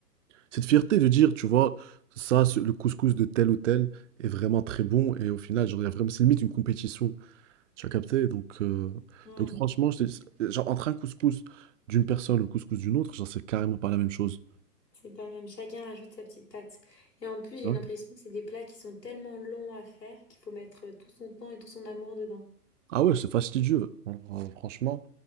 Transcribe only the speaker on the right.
cette fierté de dire, tu vois, ça, ce- le couscous de tel ou tel est vraiment très bon. Et au final, genre, il y a vraiment, c'est limite une compétition. Tu as capté? Donc, euh,
donc franchement, je te dis- genre, entre un couscous d'une personne et le couscous d'une autre, genre, c'est carrément pas la même chose.
Ouais.
Ah ouais, c'est fastidieux. Alors, franchement,